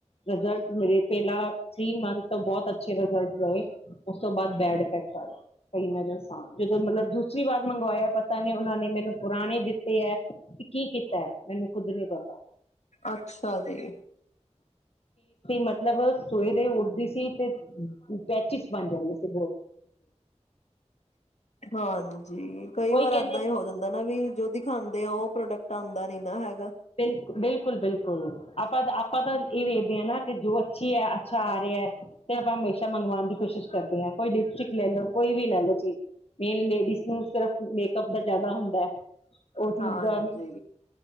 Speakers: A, on the left; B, on the left.
A: ਰਿਜ਼ਲਟ ਮਿਰੇ ਪਹਿਲਾਂ ਥ੍ਰਰੀ ਮੰਥ ਤੋਂ ਬਹੁਤ ਅੱਛੇ ਰਿਜ਼ਲਟ ਰਹੇ ਉਸ ਤੋਂ ਬਾਅਦ ਬੈਡ ਇਫੈਕਟ ਜਦੋਂ ਮਤਲਬ ਦੂਸਰੀ ਵਾਰ ਮੰਗਵਾਇਆ ਪਤਾ ਨੇ ਉਹਨਾਂ ਨੇ ਮੈਨੂੰ ਪੁਰਾਣੇ ਦਿੱਤੇ ਹੈ ਤੇ ਕੀ ਕੀਤਾ ਹੈ ਮੈਨੂੰ ਖੁੱਦ ਨੀ ਪਤਾ
B: ਅੱਛਾ ਜੀ
A: ਮਤਲਬ ਸਵੇਰੇ ਉੱਠਦੀ ਸੀ ਤੇ ਪੈਚਿਸ ਬਣ ਜਾਂਦੇ ਸੀ
B: ਹਾਂਜੀ ਕਈ
A: ਉਹੀ
B: ਵਾਰ
A: ਕਹਿੰਦੇ
B: ਏਦਾਂ ਹੀ ਹੋ ਜਾਂਦਾ ਨਾ ਵੀ ਜੋ ਦਿਖਾਉਂਦੇ ਆ ਉਹ ਪ੍ਰੋਡਕਟ ਆਉਂਦਾ ਨੀ ਨਾ ਹੈਗਾ
A: ਬਿਲਕੁਲ ਬਿਲਕੁਲ ਬਿਲਕੁਲ ਬਿਲਕੁਲ ਆਪਾਂ ਆਪਾਂ ਤਾਂ ਇਹ ਵੇਖਦੇ ਹਾਂ ਨਾ ਕਿ ਜੋ ਅੱਛੀ ਹੈ ਅੱਛਾ ਆ ਰਿਹਾ ਤੇ ਆਪਾਂ ਹਮੇਸ਼ਾ ਮੰਗਵਾਉਣ ਦੀ ਕੋਸ਼ਿਸ਼ ਕਰਦੇ ਹਾਂ ਕੋਈ ਲਿਪਸਟਿਕ ਲੈ ਲਓ ਕੋਈ ਵੀ ਲੈ ਲਓ ਚੀਜ਼ ਮੇਨ ਲੇਡੀਜ਼ ਨੂੰ ਸਿਰਫ ਮੇਕਅਪ ਦਾ ਜ਼ਿਆਦਾ ਹੁੰਦਾ ਹੈ ਉਹ ਚੀਜ਼
B: ਹਾਂਜੀ
A: ਦਾ